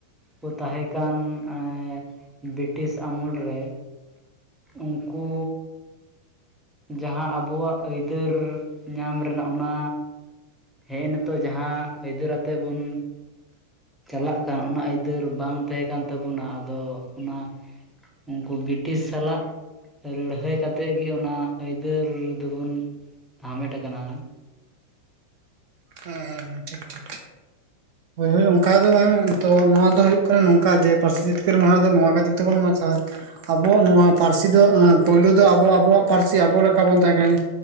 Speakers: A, in the centre; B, on the right.
A: ᱠᱚ ᱛᱟᱦᱮᱸᱠᱟᱱ ᱮᱸ ᱵᱨᱤᱴᱤᱥ ᱟᱢᱩᱞ ᱨᱮ ᱩᱱᱠᱩ ᱡᱟᱦᱟᱸ ᱟᱵᱚᱣᱟᱜ ᱟᱹᱭᱫᱟᱹᱨ ᱧᱟᱢ ᱨᱮᱱᱟᱜ ᱚᱱᱟ ᱦᱮᱜᱸ ᱮᱱ ᱱᱤᱛᱚᱜ ᱡᱟᱦᱟᱸ ᱟᱹᱭᱫᱟᱹᱨ ᱟᱛᱮᱫ ᱵᱚᱱ ᱪᱟᱞᱟᱜ ᱠᱟᱱ ᱚᱱᱟ ᱟᱹᱭᱫᱟᱹᱨ ᱵᱟᱝ ᱛᱟᱦᱮᱸ ᱠᱟᱱ ᱛᱟᱵᱚᱱᱟ ᱟᱫᱚ ᱚᱱᱟ ᱩᱱᱠᱩ ᱵᱨᱤᱴᱤᱥ ᱥᱟᱞᱟᱜ ᱞᱟᱹᱲᱦᱟᱹᱭ ᱠᱟᱛᱮᱫ ᱜᱮ ᱚᱱᱟ ᱟᱹᱭᱫᱟᱹᱨ ᱫᱚᱵᱚᱱ ᱦᱟᱢᱮᱴ ᱟᱠᱟᱱᱟ
B: ᱦᱮᱸ ᱦᱮᱸ ᱦᱮᱸ ᱴᱷᱤᱠ ᱴᱷᱤᱠ ᱴᱷᱤᱠ <unintelligible> ᱚᱱᱠᱟ ᱫᱚ ᱵᱟᱝ ᱛᱚ ᱱᱚᱣᱟ ᱫᱚ ᱦᱩᱭᱩᱜ ᱠᱟᱱᱟ ᱱᱚᱝᱠᱟ ᱜᱮ ᱯᱟᱹᱨᱥᱤ ᱡᱤᱛᱠᱟᱹᱨ ᱢᱟᱦᱟ ᱫᱚ ᱱᱚᱣᱟ ᱠᱷᱟᱹᱛᱤᱨ ᱛᱮᱵᱚᱱ᱾ <unintelligible> ᱟᱵᱚ ᱟᱜ ᱱᱚᱶᱟ ᱯᱟᱹᱨᱥᱤ ᱫᱚ ᱮ ᱯᱳᱭᱞᱳ ᱫᱚ ᱟᱵᱚ ᱟᱵᱚᱣᱟᱜ ᱯᱟᱹᱨᱥᱤ ᱟᱵᱚ ᱞᱮᱠᱟ ᱵᱚᱱ ᱛᱟᱦᱮᱸ ᱠᱟᱱᱟ᱾